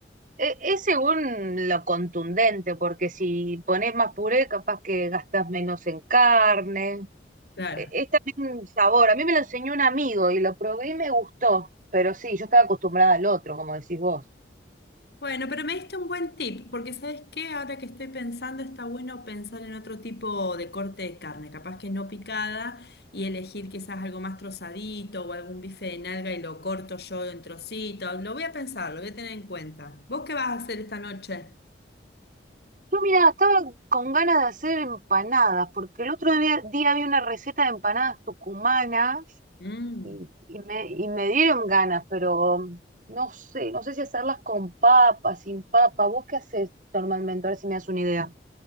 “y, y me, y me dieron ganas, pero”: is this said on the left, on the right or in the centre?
Right